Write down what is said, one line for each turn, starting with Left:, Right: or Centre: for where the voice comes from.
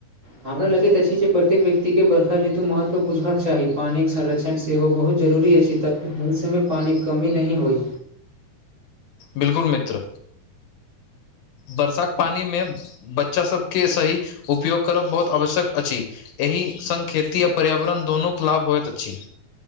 Right: हमरा लगैत अछि जे प्रत्येक व्यक्तिके वर्षा ऋतु महत्व बुझबाक चाही पानिक संरक्षण सेहो बहुत जरूरी अछि ताकि ओहि समय पानिके कमी नहि होइ
Left: बिलकुल मित्र वर्षा क पानी मे बच्चा सभके सही उपयोग करब बहुत आवश्यक अछि एहि संग खेती आ पर्यावरण दुनूक लाभ होइत अछि